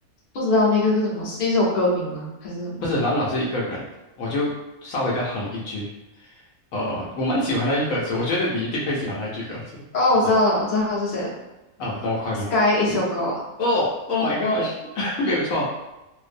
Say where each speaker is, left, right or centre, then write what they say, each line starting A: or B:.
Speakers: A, on the left; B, on the left.
A: 不知道那个是什么，是一首歌名吗？还是什么？
B: 不是，蓝老是一个人，我就稍微的哼一句，呃，我蛮喜欢那句歌词，我觉得你一定会喜欢那句歌词。
A: 哦，
B: 就是
A: 我知道了，我知道他是谁了
B: 哦，那么快吗？
A: ，Sky is your girl。
B: 哦，Oh my gosh，<laughs> 没有错，